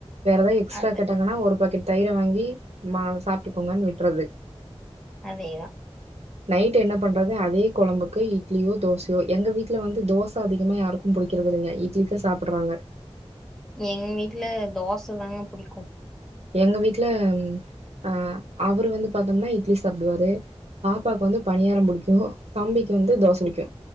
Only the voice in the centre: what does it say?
அது
அதேதா
எங்க வீட்டுல தோச தாங்க புடிக்கு